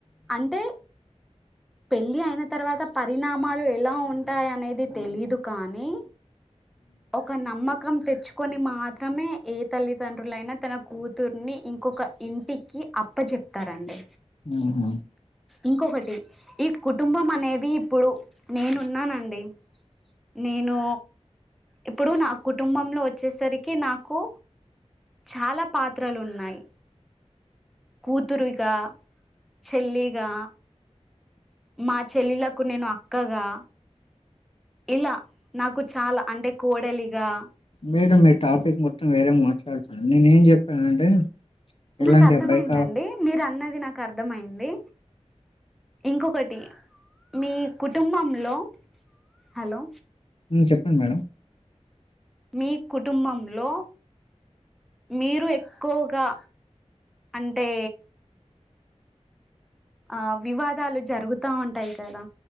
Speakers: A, in the centre; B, on the left.
A: అంటే పెళ్ళి ఐన తర్వాత పరి ణామాలు ఎలా ఉంటాయనేది తెలీదు కానీ ఒక నమ్మక్ క్కం తెచ్చుకొని మాత్రమే ఏ తల్లిదండ్రులైన తన కూతుర్ని ఇంకొక ఇంటికి అప్ప చెప్తారండి
B: మ్మ్
A: ఇంకొకటి ఈ కుటుంబం అనేది ఇప్పుడు నేనున్నానండి నేను ఇప్పుడు నా కుటుంబంలో వచ్చేసరికి నాకు చాలా పాత్రలు ఉన్నాయి కూతురిగా చెల్లిగా మా చెల్లిలకు నేను అక్కగా ఇలా నాకు చాలా అంటే కోడలిగా
B: మేడం మీ టాపిక్ మొత్తం వేరే మాట్లాడుతున్నాను నేను ఏం చెప్పానంటే ఎలాంటి
A: నాకు అర్థమయిందండి
B: అబ్బాయి కా
A: మీరు అన్నది నాకు అర్థమయింది ఇంకొకటి మీ కుటుంబంలో హలో
B: చెప్పండి మేడం
A: మీ కుటుంబంలో మీరు ఎక్కువగా అంటే ఆ వివాదాలు జరుగుతా ఉంటాయి కదా